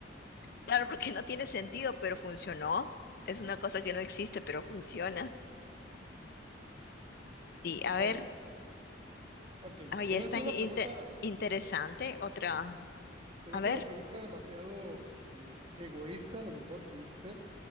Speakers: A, on the left; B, on the right.
A: Claro, porque no tiene sentido, pero funcionó. Es una cosa que no existe, pero funciona. Sí, a
B: Bueno,
A: ver,
B: ok.
A: ahí
B: Te
A: está
B: voy a hacer una pregunta.
A: interesante. Otra,
B: Te voy
A: a
B: a
A: ver,
B: hacer una pregunta demasiado eh, egoísta, a lo mejor pudiese ser.